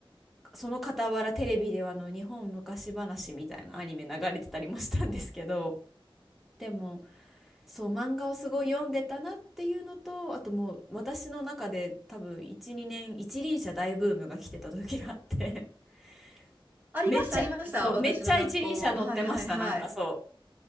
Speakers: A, in the centre; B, on the right.
A: その傍らテレビではあの日本昔話みたいなアニメ流れてたりもしたんですけどでもそう漫画をすごい読んでたなっていうのとあともう私の中で多分12年一輪車大ブームが来てた時があって <laughs>
B: ありました、
A: めっちゃそうめっちゃ一輪車乗ってましたなんかそう
B: ありました。私の学校も。はいはいはい。